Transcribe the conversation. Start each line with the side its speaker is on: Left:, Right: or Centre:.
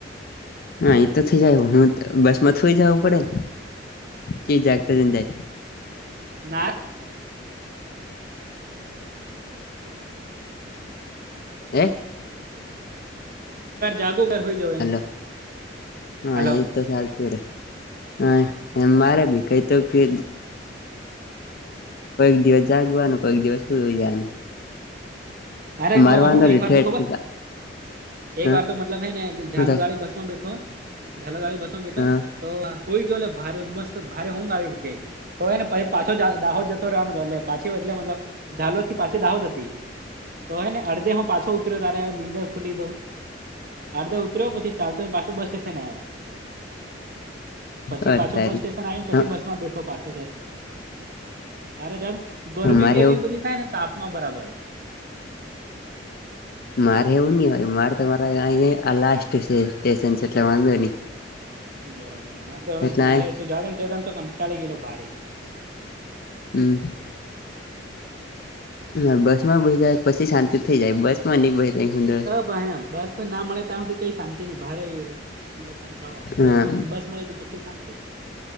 Left: હા એ તો થઇ જાય. હું બસ માં થઈ જવું પડે ને કે જાગતા જને જાય.
Right: ના
Left: હે
Right: જાગુ કર હોય જવ
Left: હલો
Right: એમ
Left: હ
Right: હાલો
Left: એ તો ચાલતુ રે હ એમ મારે ભી કઈતો કે કોઈક દિવસ જાગવાનું કોઈક દિવસ સુઈ જવાનું.
Right: અરે
Left: માર
Right: કોઈ
Left: વાંધો
Right: હું
Left: ને
Right: એક
Left: ઠેઠ
Right: વાર તો ખબર એક
Left: હા
Right: વાર તો મતલબ હે ને
Left: હું
Right: ઝાલોદવાળી બસ માં બેઠો ઝાલોદવાળી બસ
Left: થાય
Right: બેઠો તો હોય ગયો ભારે મસ્ત ભારે ઊઘ આવી ગઈ તો એને પછ પાછો દાહોદ જતો રહેવાનો હતો એ પાછી એટલે મતલબ ઝાલોદ થી પાછી દાહોદ હતી. તો હ ને અડધે હુ પાછો ઉતર્યો તારે નીંદર ખુલી તો અડધે પછી ચાલતો પાછું બસ સ્ટેશન આવ્યો. પછી
Left: હા
Right: પાછો
Left: તારી
Right: બસ સ્ટેશન આવીને પછી
Left: હા
Right: બસ માં બેઠો પાછો ત તારે જાર ગરમી
Left: મારે
Right: બી એવી
Left: એવું
Right: બધી થાય ને તાપમા બરાબર
Left: મારે એવું નહી હોય મારે તો મારા લાસ્ટ સ્ટેશન એટલે વાંધો નહી.
Right: બરાબર મારે
Left: એટલે આ
Right: જા તો કંટાળી કિલો ભારે.
Left: હમ હ બસ માં બહી જાય પછી શાંતિ થઇ જાય બસ. માની ભય તહીં હુંદય
Right: પણ બસ ના મળે ત્યા સુધી કઈ શાંતિ ન ભારે આવી. એ કંટાળો હોય
Left: હા
Right: બસ બસ મળે કે પછી શાંતિ.